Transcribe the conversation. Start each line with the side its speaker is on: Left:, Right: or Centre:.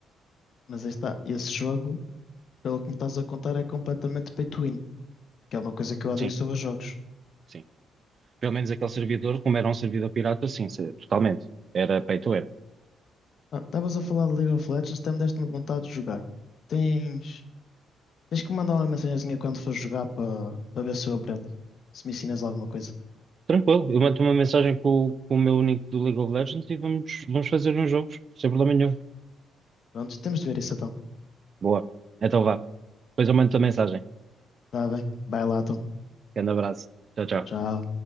Left: Mas aí está. Esse jogo, pelo que me estás a contar, é completamente pay to win, que é uma coisa que eu odeio
Right: Sim,
Left: sobre os jogos.
Right: sim. Pelo menos aquele servidor, como era um servidor pirata, sim, se- totalmente. Era pay to earn.
Left: Ah, Estavas a falar de League of Legends, até me deste-me vontade de jogar. Tens, tens que me mandar uma mensagenzinha quando for jogar para para ver se eu aprendo. Se me ensinas alguma coisa.
Right: Tranquilo, eu mando uma mensagem com, o- com o meu único do League of Legends e vamos, vamos fazer uns jogos, sem problema nenhum.
Left: Pronto, temos de ver isso então.
Right: Boa. Então vá. Depois eu mando a mensagem.
Left: Tá bem. Vai lá, então.
Right: Grande abraço. Tchau, tchau.
Left: Tchau.